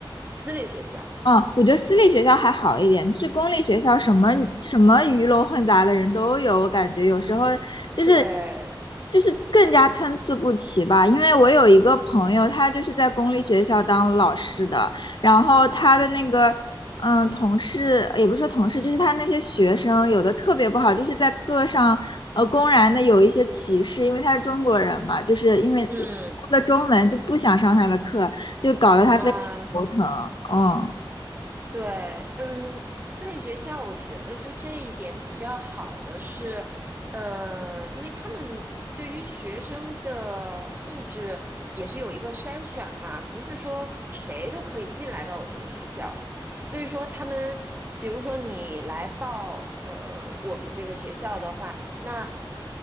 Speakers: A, on the right (about 25°); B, on the left (about 60°).
A: 私立学校？
B: 嗯，我觉得私立学校还好一点，就是公立学校什么什么鱼龙混杂的人都有，我感觉有时候就是
A: 对，
B: 就是更加参差不齐吧。因为我有一个朋友，他就是在公立学校当老师的，然后他的那个嗯同事也不是说同事，就是他那些学生有的特别不好，就是在课上呃公然的有一些歧视，因为他是中国人嘛，就是因为
A: 嗯
B: 他的中文就不想上他的课，就搞得他非常头疼，
A: 啊，
B: 嗯。
A: 对，嗯，私立学校我觉得就这一点比较好的是，呃，因为他们对于学生的素质也是有一个筛选嘛，不是说谁都可以进来到我这个学校，所以说他们，比如说你来报呃我们这个学校的话，那